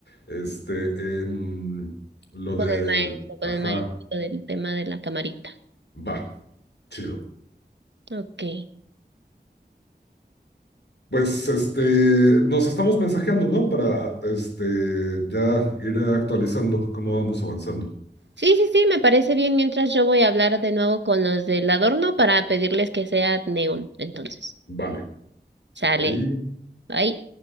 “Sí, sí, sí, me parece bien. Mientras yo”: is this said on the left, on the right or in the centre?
Right